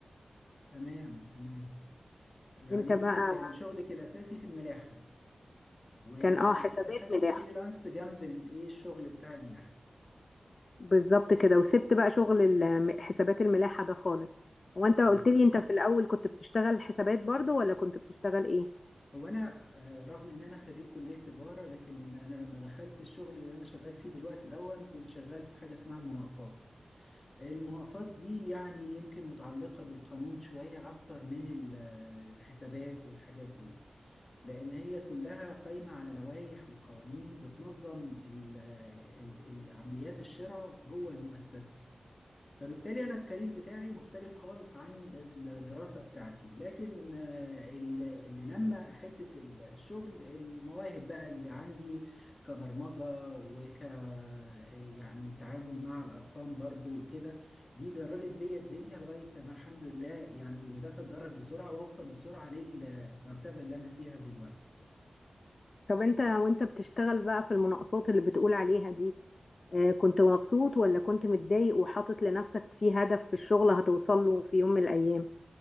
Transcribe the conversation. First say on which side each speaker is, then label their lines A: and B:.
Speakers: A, on the left; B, on the left.
A: تمام تمام يعني
B: انت بقى
A: أنت كان شغلك الأساسي في الملاحة وبعد
B: كان اه حسابات
A: كده خدتي
B: ملاحة
A: الفريلانس جنب الإيه الشغل بتاع الملاحة
B: بالظبط كده وسبت بقى شغل ال- حسابات الملاحة ده خالص هو انت قلت
A: آه.
B: لي انت في الاول كنت بتشتغل حسابات برضو ولا كنت بتشتغل ايه
A: هو انا آه، رغم ان انا خريج كليه تجاره لكن انا لما دخلت الشغل اللي انا شغال فيه دلوقتي دون كنت شغال في حاجه اسمها المناقصات المناقصات دي يعني يمكن متعلقه بالقانون شويه اكتر من ال- آه، الحسابات والحاجات دي لان هي كلها قايمه على لوائح وقوانين بتنظم ال- آه، ال- ال- عمليات الشراء جوه المؤسسه فبالتالي أنا الكارير بتاعي مختلف خالص عن الدراسة بتاعتي لكن آه، ال- اللي نمى حتة ال- الشغل المواهب بقى اللي عندي كبرمجة وك يعني تعامل مع الأرقام برضو وكده دي درجت بيا الدنيا لغاية ما الحمد لله يعني بدأت أتدرج بسرعة وأوصل بسرعة للمرتبة اللي أنا فيها دلوقتي
B: طب انت وانت بتشتغل بقى في المناقصات اللي بتقول عليها دي آه، كنت مبسوط ولا كنت متضايق وحاطط لنفسك في هدف في الشغل هتوصل له في يوم من الايام